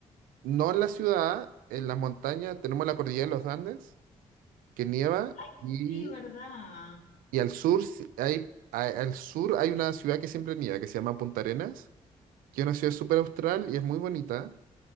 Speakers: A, on the right (about 80°); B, on the left (about 65°).
A: No en la ciudad, en las montañas tenemos la cordillera de los Andes, que nieva,
B: Ay,
A: y,
B: sí, ¿verdad?
A: y al sur sí hay, a- al sur hay una ciudad que siempre nieva, que se llama Punta Arenas, que es una ciudad súper austral y es muy bonita.